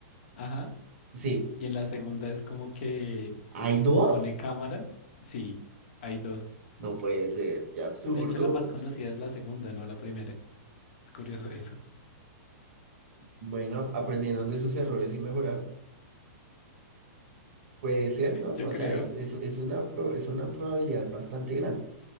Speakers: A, on the left; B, on the right.
A: Ajá.
B: Sí.
A: Y en la segunda es como que
B: ¿Hay dos?
A: pone cámaras. Sí, hay dos.
B: No puede ser, qué absurdo.
A: De hecho, la más conocida es la segunda, no la primera. Es curioso <laughs> eso.
B: Bueno, aprendieron de sus errores y mejoraron. Puede ser, ¿no?
A: Yo
B: O
A: creo,
B: sea, es, es, es una, pro- es una probabilidad bastante grande.